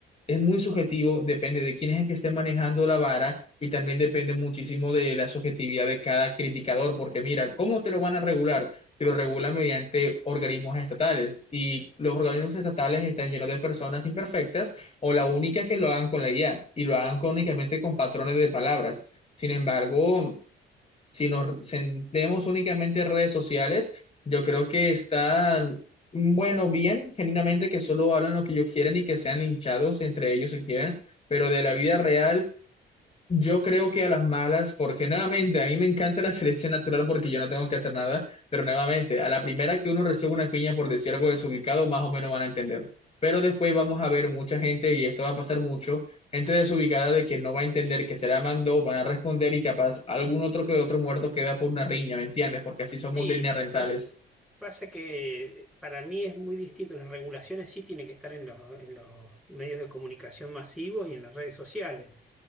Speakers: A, on the left; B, in the centre.
A: es muy subjetivo, depende de quién es el que esté manejando la vara y también depende muchísimo de la subjetividad de cada criticador, porque mira, ¿cómo te lo van a regular? que lo regulan mediante organismos estatales. Y los organismos estatales están llenos de personas imperfectas o la única es que lo hagan con la IA y lo hagan con- únicamente con patrones de palabras. Sin embargo, si nos centremos únicamente en redes sociales, yo creo que están, mm, bueno, bien, genuinamente que solo hablan lo que ellos quieren y que sean linchados entre ellos si quieren, pero de la vida real yo creo que a las malas, porque nuevamente a mí me encanta la selección natural porque yo no tengo que hacer nada, pero nuevamente a la primera que uno recibe una piña por decir algo desubicado, más o menos van a entender. Pero después vamos a ver mucha gente, y esto va a pasar mucho, gente desubicada de que no va a entender que se la mandó, van a responder y capaz algún otro que otro muerto queda por una riña, ¿me entiendes? Porque así
B: Sí,
A: somos de neandertales.
B: p- pasa, pasa que para mí es muy distinto, las regulaciones sí tienen que estar en los, en los medios de comunicación masivos y en las redes sociales.